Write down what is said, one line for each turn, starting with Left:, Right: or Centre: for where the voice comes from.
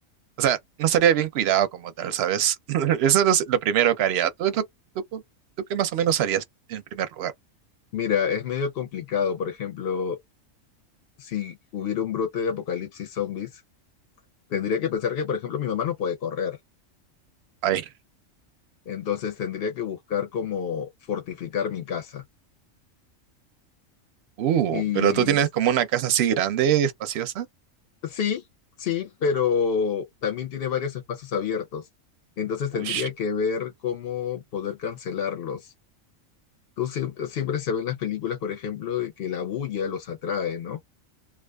Right: o sea, no estaría bien cuidado como tal, ¿sabes? <laughs> Eso es lo primero que haría. ¿Tú, tú, tú, tú- tú qué más o menos harías en primer lugar?
Left: Mira, es medio complicado, por ejemplo, si hubiera un brote de apocalipsis zombies, tendría que pensar que, por ejemplo, mi mamá no puede correr.
Right: Ay,
Left: Entonces tendría que buscar como fortificar mi casa.
Right: uh,
Left: Y
Right: pero tú tienes
Left: s-
Right: como una casa así grande, espaciosa.
Left: sí, sí, pero también tiene varios espacios abiertos. Entonces tendría
Right: Uy,
Left: que ver cómo poder cancelarlos. Tú siempre, siempre se ven las películas, por ejemplo, de que la bulla los atrae, ¿no?